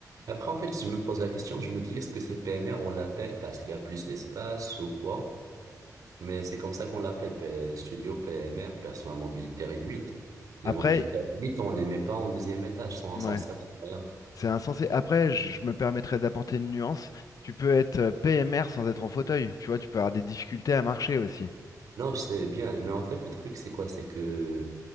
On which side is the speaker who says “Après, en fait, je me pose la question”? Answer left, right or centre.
Right